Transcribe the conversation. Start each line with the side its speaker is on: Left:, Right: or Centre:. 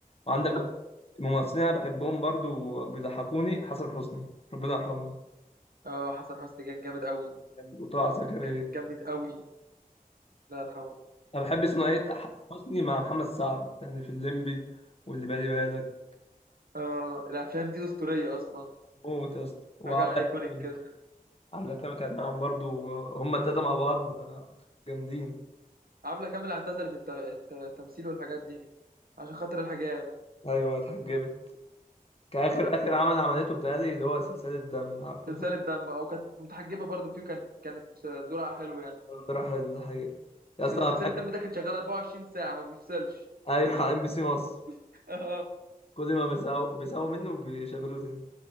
Left: وعندك
Right: اه
Left: بقى ممثلين انا بحبهم برضه وبيضحكوني حسن حسني ربنا يرحمه
Right: اه حسن حسني كان جامد قوي
Left: وطلع زكريا
Right: كان جامد قوي الله يرحمه
Left: انا بحب ثنائيه احمد حسني مع محمد سعد يعني في الليمبي واللي بالي بالك
Right: اه الأفلام دي أسطورية أصلا
Left: موت يا اسطى وعبله
Right: حاجة أيكونيك
Left: كامل
Right: كده
Left: عبله كامل كانت معاهم برضو هما التلاته مع بعض جامدين
Right: عبلة كامل اعتزلت الت- الت- التمثيل والحاجات دي عشان خاطر الحجاب
Left: ايوه اتحجبت كاخر
Right: اه
Left: اخر عمل عملته بتهيألي اللي هو سلسله دم عارفه
Right: سلسلة دم أو كانت متحجبة برضه فيه كان كانت دورها حلو يعني
Left: راح الحقيقه يا
Right: بس
Left: اسطى
Right: سلسلة
Left: انا بحب
Right: دم ده كان شغال 24 ساعة ما بيفصلش
Left: ايوه على ام بي سي مصر
Right: <laughs> اه
Left: كل ما بيساووا بيساووا منه بيشغلوه تاني